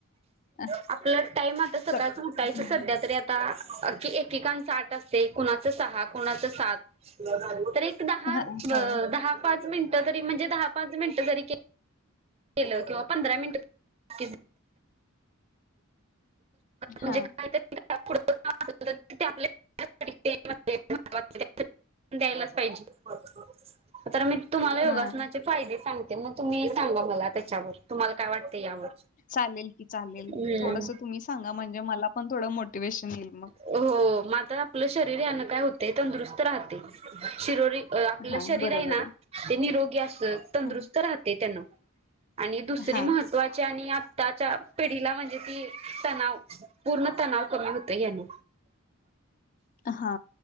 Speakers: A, on the left; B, on the right.
A: अ,
B: आपलं टाइम आता सकाळच
A: स
B: उठायच
A: हं,
B: सध्या तरी आता, अ की एकेकांच आठ असते कुणाचं सहा कणाच सात तर दहा
A: हां,
B: बअ
A: होय.
B: दहा पाच मिनिटं तरी म्हणजे दहा पाच मिनटं जरी के केल किंवा पंधरा मिनट की, म्हणजे
A: हां,
B: कायतरी, <unintelligible> ते आपल्या <unintelligible> <unintelligible> द्यायलाच पाहिजे. तर मी तुम्हाला योगासनाचे
A: हां.
B: फायदे सांगते मग तुम्ही सांगा मला त्याच्यावर तुम्हाला काय वाट ते यावर.
A: चालेल की चालेल
B: हम्म
A: थोडस तुम्ही सांगा म्हणजे मला पण थोडं मोटिवेशन येईल मग.
B: हो म आपलं शरीर काय होते तंदरुस्त राहते. शरोरी अ आपलं
A: हा
B: शरीर
A: बरोबर
B: आहे ना ते निरोगी अस तंदुरुस्त
A: हम्म.
B: राहते त्यांन. आणि दुसरी
A: हा
B: महत्त्वाची आणि आत्ताच्या पिढीला म्हणजे ती तणाव पूर्ण तणाव कमी होत ह्यन.
A: हा